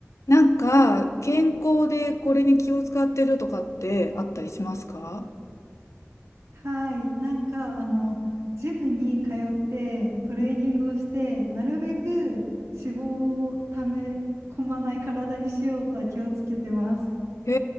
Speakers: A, on the left (about 80°); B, on the right (about 70°).
A: なんか、健康でこれに気を使ってるとかってあったりしますか
B: はい。なんか、あの、ジムに通ってトレーニングをして、
A: うん
B: なるべく脂肪をため込まない体にしようとは気をつけてます。
A: へ